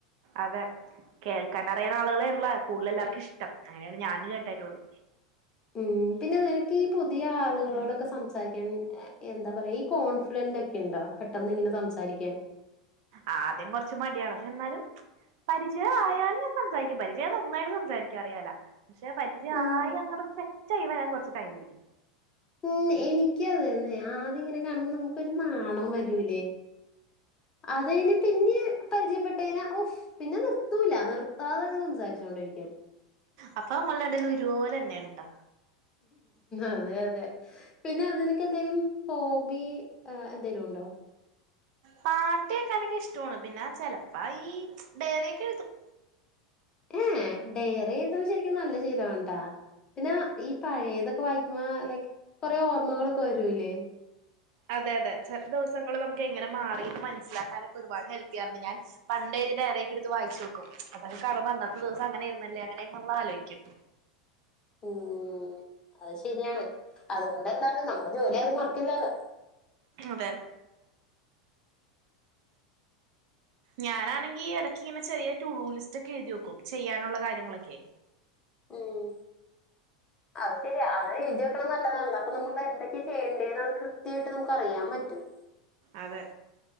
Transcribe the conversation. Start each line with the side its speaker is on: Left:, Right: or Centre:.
Right: അതെ കേൾക്കാനറിയണ ആളുകളേൻള്ള കൂടുല്ലെല്ലാർക്കും ഇഷ്ട്ടം അങ്ങനെയാണ് ഞാൻ കേട്ടേക്കണത്.
Left: ഉം പിന്നെ നിനക്കീ പുതിയ ആളുകളോടൊക്കെ സംസാരിക്കാൻ. എ എന്താ പറയാ ഈ കോൺഫിഡന്റ്ക്കെണ്ടൊ പെട്ടെന്ന് ഇങ്ങനെ സംസാരിക്കാൻ.
Right: ആദ്യം കൊർച്ച് മടിയാണ് പക്ഷെ എന്നാലും. പരിജയം ആയാലും ഞാൻ സംസാരിക്കും പരിജയം നന്നായാലും സംസാരിക്കും അറിയാല. പക്ഷെ പരിജായി
Left: ഉം
Right: അങ്ങടൊന്ന് സെറ്റായി വെരാൻ കൊർച്ച് ടൈം പിടിക്കും.
Left: ഉം എനിക്കു അതന്നെ ആദ്യം ഇങ്ങനെ കാണുമ്പം നമുക്കൊരു നാണം വെരൂലേ? അതയ്ഞ്ഞ് പിന്നെ പരിജയ പ്പെട്ടയ്ഞ്ഞാ ഒഫ് പിന്നെ നിർത്തൂല നിർത്താതങ്ങ് സംസാരിച്ചോണ്ടിരിക്കും.
Right: അപ്പൊ അമ്മള രണ്ടേരും ഒരുപോലന്നാണ് ട്ടാ.
Left: അതെ അതെ. പിന്നെ നിനക്കെന്തേലും ഹോബി ആ എന്തേലുണ്ടോ?
Right: പാട്ടേക്കാനൊക്കെ ഇഷ്ട്ടോണ് പിന്നെ ചെലപ്പ ഈ സെയറിയൊക്കെ എഴുതും.
Left: ഏഹ് ഡയറി എഴുതണ ശെരിക്കും നല്ല ശീലാൺട്ട പിന്നെ ഈ പഴയതൊക്കെ വായിക്കുംമ്പ ലൈക്ക് കൊറേ ഓർമ്മകളൊക്കെ വരൂല്ലേ?
Right: അതെ അതെ ചെല ദിവസങ്ങൾ നമുക്കെങ്ങനെ മാറീന്ന് മനസ്സിലാക്കാനൊക്കെ ഒരുപാട് ഹെൽപ്പെയ്യാറുണ്ട് ഞാൻ. പണ്ടെഴ്തിയ ഡയറിയൊക്കെട്ത്ത് വായിച്ചോക്കും അതൊക്കെ കാണുംമ്പൊ അന്നത്തെ ദിവസം അങ്ങനേര്ന്നല്ലേ അങ്ങനേം നമ്മൾ ആലോയ്ക്കും.
Left: ഉം അത് ശെരിയാണ് അതുകൊണ്ടെന്താണ് നമ്മുടെ ജോലി അത് മറക്കില്ലല്ലോ.
Right: അതെ.
Left: <inaudible>
Right: ഞാനാണെങ്കി ഈ എടക്കിങ്ങനെ ചെറിയ ടൂ ലിസ്റ്റ്ക്കെ എഴുതി വെക്കും ചെയ്യാനൊള്ള കാര്യങ്ങളൊക്കെ.
Left: ഉം. അത് ശെരിയാ അത് എഴുതി വെക്കണത് നല്ലതാണല്ലോ അപ്പൊ നമ്മൾ എന്തൊക്കെ ചെയ്യേണ്ടേന്ന് അത് കൃത്യായിട്ട് നമുക്കറിയാൻ പറ്റും.
Right: അതെ